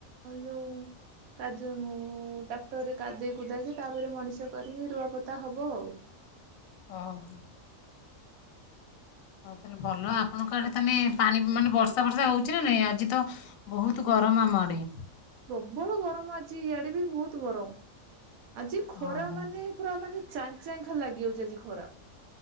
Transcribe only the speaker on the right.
ଯୋଉ କାଜୁ ଟ୍ରାକ୍ଟରରେ କାଦେଇ କୁଦେଇକି ତାପରେ ମଣିଷ କରିକି ରୁଆପୋତା ହେବ ଆଉ।
ପ୍ରବଳ ଗରମ, ଆଜି ଇଆଡେ ବି ବହୁତ ଗରମ, ଆଜି ଖରା
ମାନେ ପୁରା ମାନେ ଚା ଚାଁଏ ଲାଗିଯାଉଛି ଆଜି ଖରା।